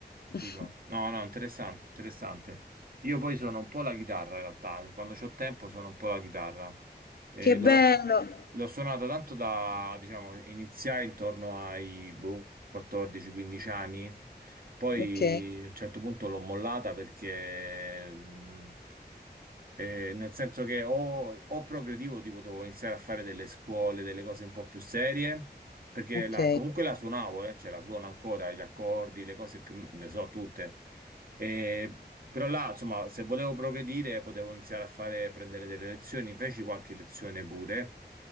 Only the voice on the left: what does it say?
<laughs>
Che bello!
Ok,
ok.